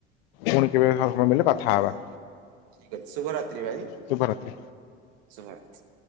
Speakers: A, on the left; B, on the right.
A: ପୁଣି କେବେ <inaudible> କଥା ହବା।
B: ଠିକ୍ ଅଛି, ଶୁଭରାତ୍ରି ଭାଇ
A: ଶୁଭରାତ୍ରି
B: ଶୁଭରାତ୍